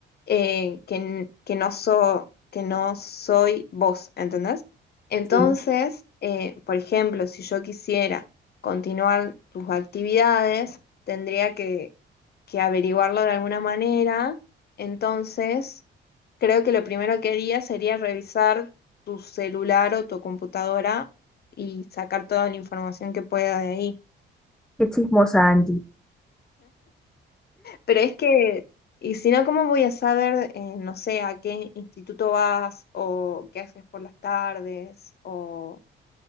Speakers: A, on the left; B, in the centre.
A: eh, que, n- que, no so- que no soy vos, ¿entendés? Entonces,
B: sí,
A: eh, por ejemplo, si yo quisiera continuar tus actividades, tendría que, que averiguarlo de alguna manera. Entonces, Creo que lo primero que haría sería revisar tu celular o tu computadora y sacar toda la información que pueda de ahí.
B: qué chismosa Angie.
A: Pero es que, y si no, ¿cómo voy a saber, eh, no sé, a qué instituto vas o qué haces por las tardes? O